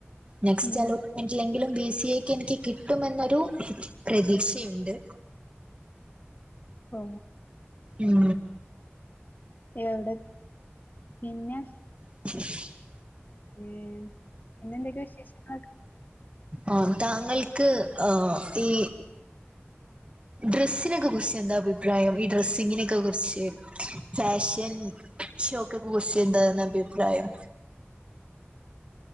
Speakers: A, on the right (about 25°); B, on the left (about 45°).
A: നെക്സ്റ്റ്
B: ഉം
A: അലോട്ട്മെന്റിലെങ്കിലും ബി സി എക്ക് എനിക്ക് കിട്ടുമെന്നൊരു പ്രതീക്ഷയുണ്ട്
B: ഓ
A: ഉം
B: എവിടെ പിന്നെ
A: <inaudible>
B: ഇ പിന്നെന്തൊക്കെയാ വിശേഷങ്ങൾക്കെ
A: ആ താങ്കൾക്ക് ആ ഈ ഡ്രസ്സിനൊക്കെ കുറിച്ച് എന്താ അഭിപ്രായം ഈ ഡ്രസ്സിങ്ങിനൊക്കെ കുറിച്ച് ഫാഷൻ ഷോക്കക്കെ കുറിച്ച് എന്താെന്ന് അഭിപ്രായം